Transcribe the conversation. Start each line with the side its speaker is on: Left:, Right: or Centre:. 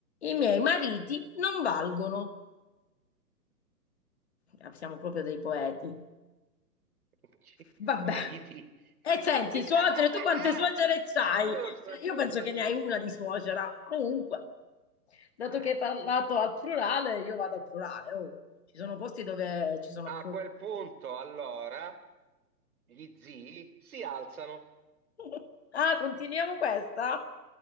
Left: i miei mariti non valgono. Ah, Siamo proprio dei poeti.
Right: <laughs>
Left: Vabbè.
Right: Mariti. <laughs>
Left: E senti,
Right: Parti
Left: suocere,
Right: là. <laughs>
Left: tu quante suocere c'hai?
Right: Giusto,
Left: Cioè, io
Right: giusto,
Left: penso che ne
Right: giusto.
Left: hai una di suocera. Comunque, dato
Right: Eh,
Left: che hai parlato al plurale, io vado al plurale. oh. Ci sono posti dove ci sono
Right: a
Left: più...
Right: quel punto, allora, gli zii si alzano,
Left: <laughs> Ah, continuiamo questa?